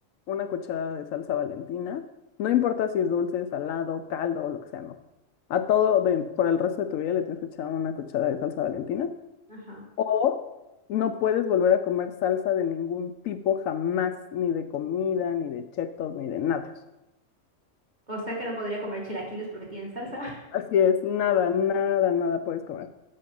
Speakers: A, on the left; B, on the right.
A: una cucharada de salsa Valentina. No importa si es dulce, salado, caldo o lo que sea, no. A todo de- por el resto de tu vida le tienes que echar una cucharada de salsa Valentina.
B: ajá.
A: O no puedes volver a comer salsa de ningún tipo jamás, ni de comida, ni de chetos, ni de nada.
B: O sea que no podría comer chilaquiles porque tienen salsa. <laughs>
A: Así es, nada, nada, nada puedes comer.